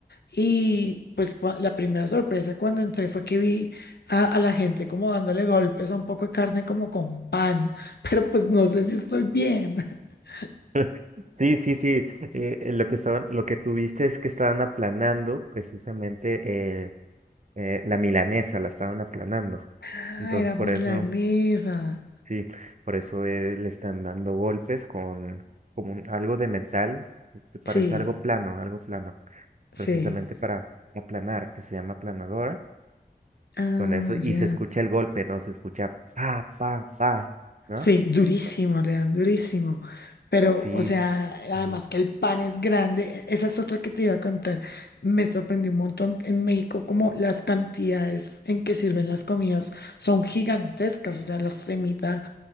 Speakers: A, on the left; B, on the right.
A: Y pues cua- la primera sorpresa cuando entré fue que vi a, a la gente como dándole golpes a un poco de carne como con pan, <laughs> pero pues no sé si estoy bien. <laughs>
B: <laughs> Sí, sí, sí. eh, eh, lo que estaban, lo que tuviste es que estaban aplanando precisamente eh, eh, la milanesa, la estaban aplanando.
A: Ah,
B: Entonces,
A: era milanesa.
B: por eso Sí, por eso eh, le están dando golpes con como un- algo de metal, que parece
A: Sí,
B: algo plano, algo plano,
A: sí.
B: precisamente para aplanar, que se llama aplanadora.
A: Ah,
B: Con eso, y
A: ya.
B: se escucha el golpe, ¿no? Se escucha pa, pa, pa, ¿no?
A: Sí, durísimo, le dan durísimo.
B: S-
A: Pero,
B: Sí,
A: o sea,
B: sí,
A: además
B: Mm.
A: que el pan es grande, e- esa es otra que te iba a contar. Me sorprendió un montón en México como las cantidades en que sirven las comidas son gigantescas. O sea, la semita,